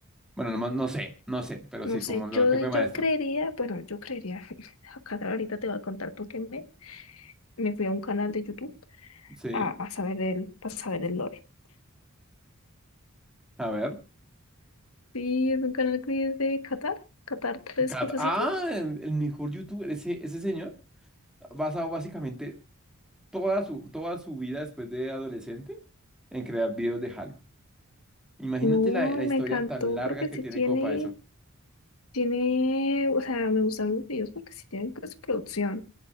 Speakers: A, in the centre; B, on the left.
A: Bueno, no, no sé, no sé, pero
B: no
A: sí,
B: sé,
A: como el
B: yo,
A: jefe maestro.
B: yo creería, bueno, yo creería, <laughs> acá ahorita te voy a contar porque me, me fui a un canal de YouTube
A: Sí,
B: a, a saber el, para saber el lore.
A: a ver.
B: Sí, es un canal que es de Qatar, Qatar tres
A: Cat-
B: cuatro
A: Ah,
B: siete.
A: el mejor youtuber, ese, ese señor, ha basado básicamente toda su, toda su vida después de adolescente en crear videos de Halo. Imagínate
B: No,
A: la, la historia
B: me encantó
A: tan larga
B: porque
A: que
B: sí
A: tiene
B: tiene,
A: como para eso.
B: tiene, o sea, me gustan los videos porque sí tienen con su producción.